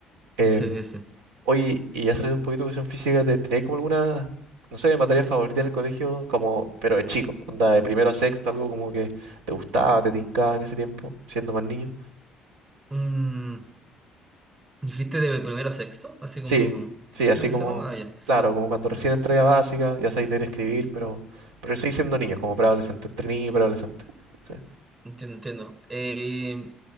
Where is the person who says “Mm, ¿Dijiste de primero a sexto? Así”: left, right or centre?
Right